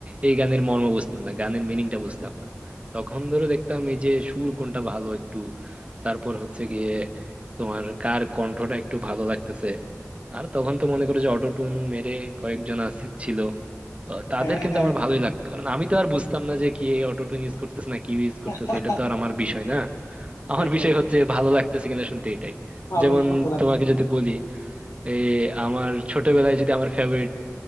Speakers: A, on the right; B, on the left.
A: এই গানের মর্ম বুঝতাম না গানের মিনিংটা বুঝতাম না তখন ধরো দেখতাম এই যে সুর কোনটা ভালো একটু তারপর হচ্ছে গিয়ে তোমার কার কণ্ঠটা একটু ভালো লাগতেছে আর তখন তো মনে করো যে অটোটুন মেরে কয়েকজন আছে ছিল আহ, তাদের
B: হ্যাঁ
A: কিন্তু
B: হ্যাঁ
A: আমার
B: হ্যাঁ
A: ভালোই লাগতো কারণ আমি তো আর বুঝতাম না যে কি অটো টিউন ইউজ করতেছে না কি ইউজ করতেছে
B: <laughs>
A: এটা তো আর আমার বিষয় না আমার
B: সেটাই
A: বিষয় হচ্ছে ভালো লাগতেছে কিনা শুনতে এটাই
B: ভালো
A: যেমন
B: শুনতে লাগছে
A: তোমাকে যদি বলি এই আমার ছোটবেলায় যদি আমার ফেভারিট